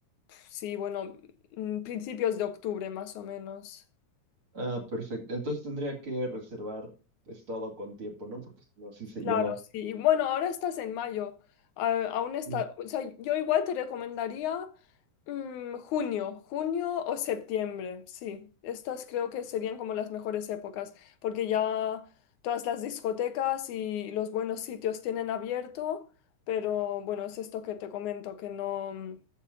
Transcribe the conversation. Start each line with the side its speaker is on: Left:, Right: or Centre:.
Left: pf, sí, bueno, mm, principios de octubre más o menos.
Right: Ah, perfecto. Entonces tendría que reservar pues todo con tiempo, ¿no? Porque si no, sí se
Left: Claro,
Right: llena.
Left: sí. Y Bueno, ahora estás en mayo. a- Aún está,
Right: Sí.
Left: o sea, yo igual te recomendaría mm, junio, junio o septiembre. Sí, estas creo que serían como las mejores épocas, porque ya todas las discotecas y los buenos sitios tienen abierto, pero bueno, es esto que te comento, que no, mm,